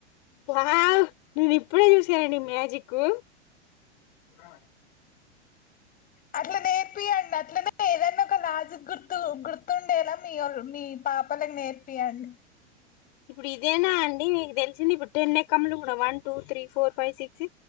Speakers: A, on the left; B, on the left.
A: వావ్ నేను ఇప్పుడే చూసానండి మ్యాజిక్ కు ఆ
B: అట్ల నేర్పియంండి అట్లనే ఏదైన్న ఒక లాజిక్ గుర్తు గుర్తుండేలా మీ మీ పాపలకు నేర్పియ్యండి యండి
A: ఇప్పుడు ఇదేనా అండి మీకు తెలిసింది ఇప్పుడు టెన్ ఎక్కమ్లు కూడా one two three four five six